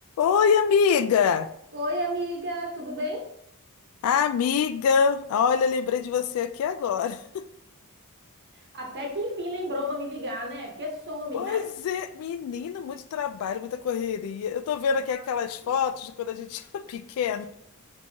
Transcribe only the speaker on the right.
Oi, amiga, tudo bem?
Até que enfim lembrou para me ligar, né? Porque some,
né?
Ah,
sim.